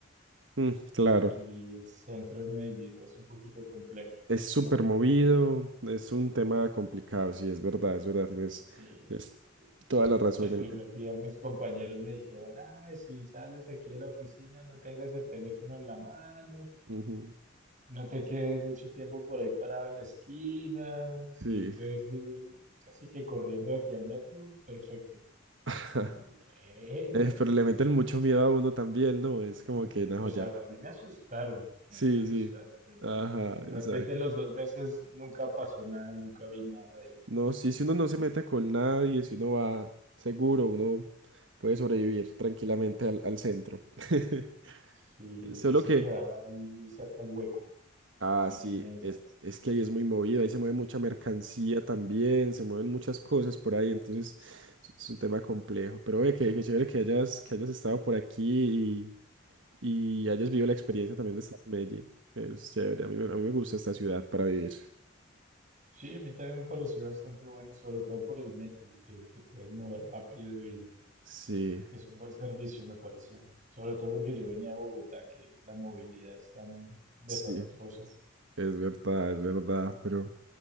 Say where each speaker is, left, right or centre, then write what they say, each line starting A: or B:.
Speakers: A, on the right; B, on the right.
A: Mm, claro,
B: Y el centro de Medellín es un poquito complejo.
A: es súper movido, es un tema complicado, sí, es verdad, es verdad, tienes,
B: Y
A: tienes toda la razón.
B: el primer
A: el-
B: día mis compañeros me dijeron, ay, si sales aquí de la oficina, no tengas el teléfono en la mano
A: ujú,
B: No te quedes mucho tiempo por ahí parado en la esquina. Si
A: Sí.
B: puedes ir casi que corriendo de aquí al metro, perfecto.
A: <laughs>
B: Y yo, bueno,
A: Eh, pero le meten mucho miedo a uno también, ¿no? Es como que, no,
B: pues
A: ya.
B: a, a mí me asustaron,
A: Sí,
B: a mí me asustaron,
A: sí.
B: pero
A: Ajá, exacto.
B: realmente en los dos meses nunca pasó nada, nunca vi nada. Y,
A: No, sí, si uno no se
B: y
A: mete con nadie, si uno va seguro, uno puede sobrevivir tranquilamente al, al centro. <laughs>
B: sí,
A: Solo
B: ese
A: que,
B: quedaba ahí cerca al hueco,
A: ah,
B: la oficina
A: sí,
B: esa.
A: es, es que ahí es muy movido, ahí se mueve mucha mercancía también, se mueven muchas cosas por ahí, entonces es es un tema complejo. Pero ve que, que chévere que hayas, que hayas estado por aquí y hayas vivido la experiencia también de estar en Medellín. Es chévere, a mí, me- a mí me gusta esta ciudad para vivir.
B: Sí, a mí también me pareció bastante bueno, sobre todo por el metro, porque te puedes mover rápido y
A: Sí,
B: Es un buen servicio, me pareció, a mí. Sobre todo porque yo venía de Bogotá, que la movilidad es tan desastrosa.
A: sí, es verdad, es verdad, pero,